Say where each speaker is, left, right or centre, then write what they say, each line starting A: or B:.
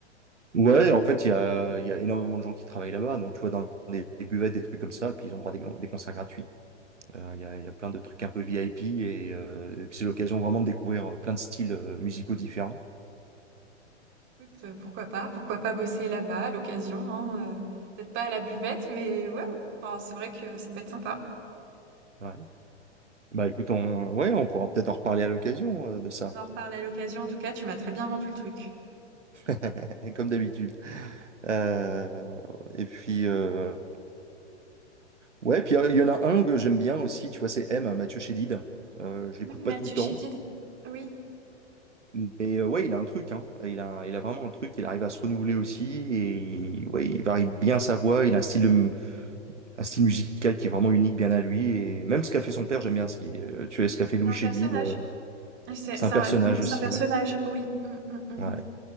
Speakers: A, on the right (about 80°); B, on the right (about 35°).
A: Ouais, en fait, il y a il y a énormément de gens qui travaillent là-bas. Donc tu vois dans des, des buvettes, des trucs comme ça, et puis ils ont droit à des, des concerts gratuits. Euh, Il y a, il y a plein de trucs un peu VIP et, euh, et puis c'est l'occasion vraiment de découvrir euh, plein de styles euh, musicaux différents.
B: Écoute, euh, pourquoi pas? Pourquoi pas bosser là-bas à l'occasion, hein, euh, peut-être pas à la buvette, mais ouais, enfin, c'est vrai que ça peut être sympa.
A: Ouais. Bah écoute, on, ouais, on pourra peut-être en reparler à l'occasion euh, de ça,
B: On en reparle à l'occasion, en tout cas, tu m'as très bien vendu le truc.
A: <laughs> comme d'habitude. Euh, et puis, euh, ouais, puis euh, il y en a un que j'aime bien aussi, tu vois, c'est M, Mathieu Chédid. Euh, je l'écoute
B: Oui,
A: pas
B: Mathieu
A: tout le temps,
B: Chédid, Oui,
A: mais euh, ouais, il a un truc, hein. Il a, il a vraiment un truc, il arrive à se renouveler aussi et ouais, il varie bien sa voix, il a un style de, un style musical qui est vraiment unique, bien à lui. Et même ce qu'a fait son père, j'aime bien ce qui, euh, tu vois, ce qu'a fait Louis
B: c'est un
A: Chédid.
B: personnage.
A: euh,
B: c'est
A: c'est
B: c'est
A: un personnage
B: un- vraiment C'est
A: aussi,
B: un personnage.
A: ouais.
B: Oui, mm, mm, mm.
A: Ouais,